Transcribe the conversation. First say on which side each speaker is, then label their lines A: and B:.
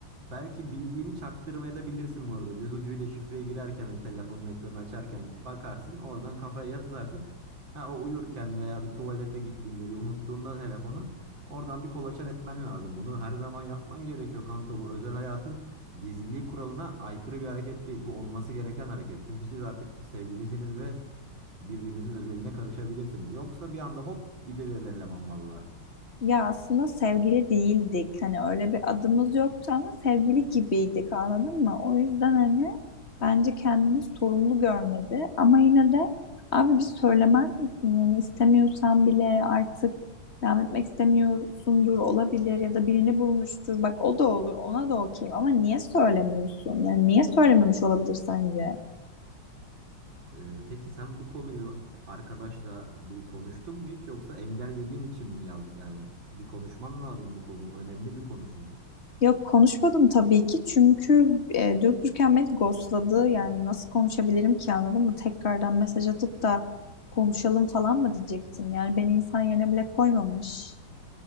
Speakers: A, on the right; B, on the left.
A: belki bildiğini çaktırmaya da bilirsin bu arada. Göz ucuyla şifreye girerken hani telefonun ekranı açarken bakarsın. Oradan kafaya yazarsın. Ha, o uyurken veya bir tuvalete gittiğinde bir unuttuğunda telefonu oradan bir kolaçan etmen lazım. Bunu her zaman yapman gerekiyor kanka. Bu özel hayatın gizliliği kuralına aykırı bir hareket değil. Bu olması gereken hareket. Çünkü siz artık sevgilisiniz ve birbirinizin özeline karışabilirsiniz. Yoksa bir anda hop gidiverir eleman valla.
B: Ya aslında sevgili değildik. Hani öyle bir adımız yoktu ama sevgili gibiydik anladın mı? O yüzden hani bence kendini sorumlu görmedi. Ama yine de abi bir söylemez misin? Yani istemiyorsan bile artık devam etmek istemiyorsundur olabilir ya da birini bulmuştur. Bak o da olur ona da okeyim ama niye söylemiyorsun? Yani niye söylememiş olabilir sence?
A: Ee, peki sen bu konuyu arkadaşla bir konuştun mu hiç yoksa engellediğin için mi yaz yani bir konuşman lazım bu konu önemli bir konu çünkü.
B: Yok konuşmadım tabii ki çünkü e, durup dururken beni ghostladı. Yani nasıl konuşabilirim ki anladın mı? Tekrardan mesaj atıp da konuşalım falan mı diyecektim. Yani beni insan yerine bile koymamış.